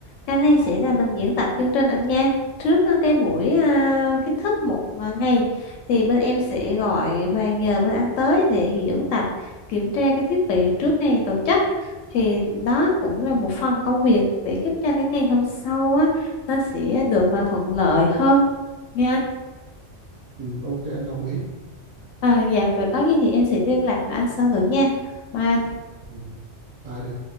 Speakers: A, on the left; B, on the right.
A: Cái này sẽ là mình diễn tập chương trình anh nha. Trước à, cái buổi à, kiến thức một à, ngày thì bên em sẽ gọi và nhờ bên anh tới để diễn tập kiểm tra cái thiết bị trước ngày tổ chức. Thì đó cũng là một phần công việc để giúp cho cái ngày hôm sau á nó sẽ được à, thuận lợi hơn. Nha anh.
B: Ừ, ok anh đồng ý
A: À, dạ, vậy có gì thì em sẽ liên lạc với anh sau nữa nha. Mai
B: ừ. Tại, ờ,